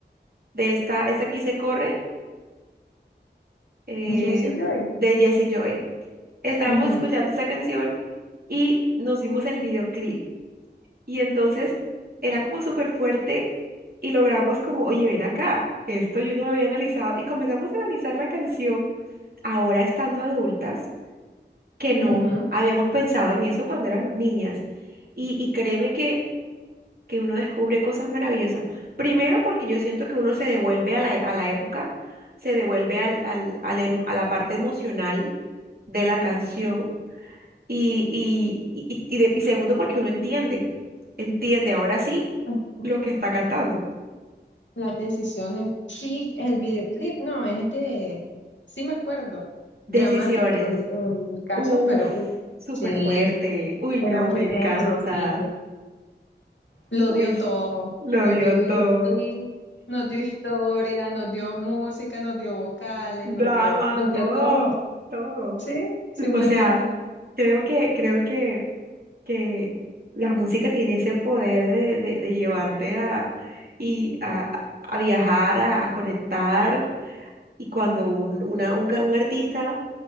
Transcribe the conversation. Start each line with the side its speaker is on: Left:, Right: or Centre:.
Right: de esta, esta aquí se corre, eh,
Left: Jessie Joy.
Right: de Jesse Joy. Estábamos
Left: Ujú,
Right: escuchando esa canción y nos dimos el videoclip. Y entonces era como súper fuerte y logramos como, oye, ven acá, esto yo no lo había analizado y comenzamos a analizar la canción ahora estando adultas, que no
Left: ujú,
Right: habíamos pensado en eso cuando éramos niñas. Y, y créeme que que uno descubre cosas maravillosas. Primero porque yo siento que uno se devuelve a la, a la época, se devuelve al, al- a la em- a la parte emocional de la canción y, y, y, y de- y segundo porque uno entiende, entiende ahora sí
Left: ujú.
Right: lo que está cantando.
Left: Las decisiones. Sí, el videoclip, no, es de, sí me acuerdo,
Right: Decisiones.
Left: dramático el, el caso,
Right: Uf,
Left: pero uf,
Right: súper
Left: sí,
Right: fuerte. Uy, no,
Left: era muy
Right: me
Left: tenso,
Right: encanta.
Left: sí. Lo
Right: Uy,
Left: dio todo,
Right: lo
Left: nos
Right: dio
Left: dio videoclip,
Right: todo.
Left: nos dio historia, nos dio música, nos dio vocales,
Right: Drama,
Left: nos dio, nos dio
Right: todo,
Left: todo,
Right: todo.
Left: sí, simplemente.
Right: O sea, creo que, creo que que la música tiene ese poder de, de- de llevarte a, y a, a viajar, a, a conectar. Y cuando un, una- un, ca- un artista